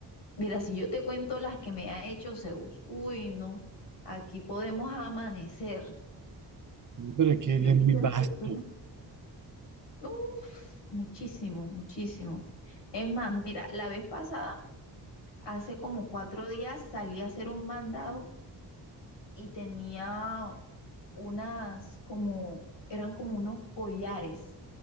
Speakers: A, on the left; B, on the right.
A: Mira, si yo te cuento las que me ha hecho Zeus, uy, no, aquí podemos amanecer.
B: pero es que
A: Yo
B: él es
A: quisiera
B: muy vasto.
A: que fuera- Uf, muchísimo, muchísimo. Es más, mira, la vez pasada, hace como cuatro días, salí a hacer un mandado y tenía unas como, eran como unos collares